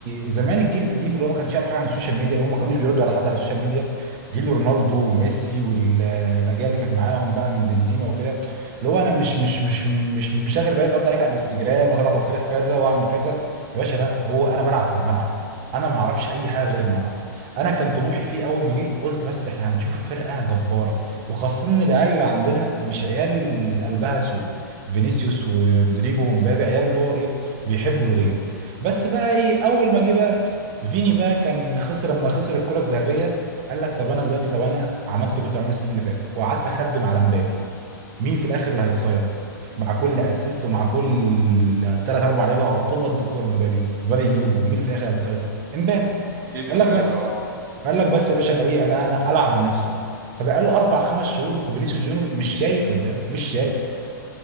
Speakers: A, on the right (about 35°); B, on the right (about 65°).
A: زمان الجيل القديم اللي هو ما كانش عارف حاجه عن السوشيال ميديا اللي هم ما كانوش بيردوا على حد على السوشيال ميديا جيل رونالدو وميسي والاجيال اللي كانت معاهم بقى من بنزيما وكده اللي هو انا مش مش مش مش مش شاغل بالي النهارده عليك على الانستجرام واطلع تصريح كذا واعمل كذا يا باشا لا هو انا بلعب في الملعب انا ما اعرفش اي حاجه غير الملعب انا كان طموحي فيه اول ما جه قلت بس احنا هنشوف فرقه جباره وخاصه ان العيال اللي عندنا مش عيال قلبها اسود فينيسيوس ورودريجو ومبابي عيال اللي هو ايه بيحبوا الغير بس بقى ايه اول ما جه بقى فيني بقى كان خسر لما خسر الكره الذهبيه قال لك طب انا دلوقتي لو انا عملت اللي كنت عامله السيزون اللي فات وقعدت اخدم على مبابي مين في الاخر اللي هيتصيد مع كل اسيست ومع كل ثلاث اربع لعيبه هحطهم قد الكوره لمبابي مبابي يجيب الجول مين اللي في الاخر هيتصيد امبابي
B: اكيد
A: قال
B: امبابي
A: لك بس
B: اه
A: قال لك بس يا باشا انا ايه انا انا العب لنفسي بقى فبقى له اربع خمس شهور فينيسيوس جونيور مش شايف قدام مش شايف